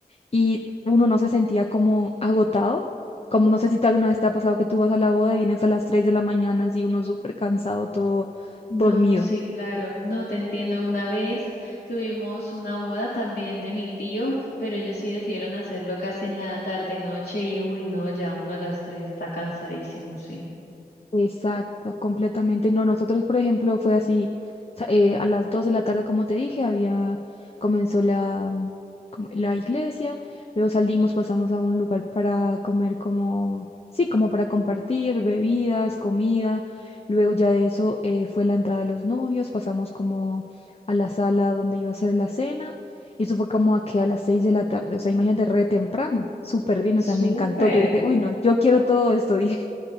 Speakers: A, on the left; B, on the left.
A: y uno no se sentía como agotado. Como no sé si tal una vez te ha pasado que tú vas a la boda y vienes a las 3 de la mañana, así uno súper cansado, todo
B: No,
A: dormido.
B: sí, claro, no te entiendo. Una vez tuvimos una boda también de mi tío, pero ellos sí decidieron hacerlo casi en la tarde noche y uy, no, ya uno a las tres está cansadísimo, sí.
A: Exacto, completamente. No, nosotros, por ejemplo, fue así, sa- eh, a las 2 de la tarde, como te dije, había, comenzó la, como la iglesia, luego salimos, pasamos a un lugar para comer como, sí, como para compartir bebidas, comida, luego ya de eso eh, fue la entrada de los novios, pasamos como a la sala donde iba a ser la cena, y eso fue como a que a las 6 de la tarde, o sea, imagínate, re temprano, súper bien,
B: Súper.
A: o sea, me encantó, yo dije, uy, no, yo quiero todo esto, <laughs> dije.